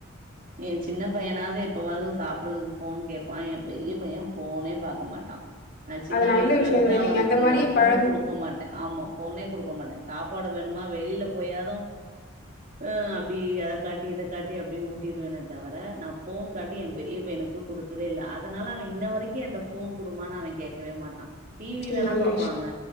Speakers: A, on the right; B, on the left.
A: என் சின்ன பையனாவது எப்பாவது சாப்படுறதுக்கு போன் கேட்பான் என் பெரிய பையன் போனே பார்க்க மாட்டான் நா சின்ன
B: அது
A: வயசுல
B: நல்ல விஷயோ
A: இருந்து
B: தோழி
A: அவனுக்கு
B: நீங்க அந்த மாரியே
A: நான் போன்
B: பழகு
A: கொடுக்க மாட்டேன் ஆமா போனே கொடுக்க மாட்டேன் சாப்பாடு வேணுமா வெளியில போயாதும் ஹ அப்படி அத காட்டி இத காட்டி அப்படிய ஊட்டிடுவேன்ன தவிர நான் போன் காட்டி என் பெரிய பையனுக்கு குடுத்ததே இல்லை அதனால அவன் இன்ன வரைக்கும் என் போன் குடுமான்னு அவன் கேட்கவே மாட்டான் டிவி வேணா
B: ம் நல்ல
A: பாப்பாங்க
B: விஷயோ